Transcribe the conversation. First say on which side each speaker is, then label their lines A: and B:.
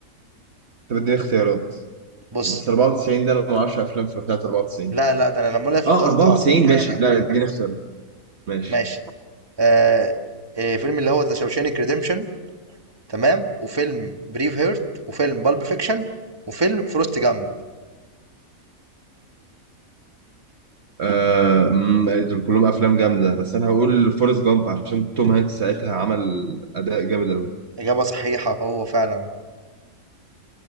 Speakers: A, on the right (about 50°); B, on the right (about 20°).
A: طب اديني اختيارات
B: بص
A: بس 94 ده انا ما اعرفش افلام في بتاعت 94
B: لا لا ده أنا لما أقول لك اختيارات
A: اه 94
B: هتعرف
A: ماشي لا اديني اختيارات ماشي
B: ماشي آه... آه، فيلم اللي هو ذا شوشانك ريديمشن تمام، وفيلم بريف هيرت، وفيلم بالب فيكشن، وفيلم فورست جامب.
A: آه أمم، دول كلهم افلام جامدة بس انا هقول فورست جامب عشان توم هانكس ساعتها عمل اداء جامد قوي
B: إجابة صحيحة هو فعلا